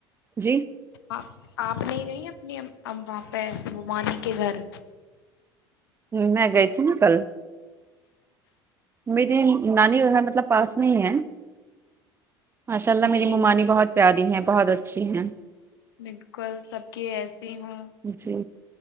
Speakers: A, on the right; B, on the left.
A: جی
B: آپ آپ نہیں گئی اپنی اا پہ مومانی کے گھر
A: میں گئی تھی نا کل میری نانی کا گھر مطلب پاس نہیں ہے ماشاء اللہ میری
B: جی
A: مومانی بہت پیاری ہے بہت اچھی ہیں
B: بالکل سب کی ایسی ہوں
A: جی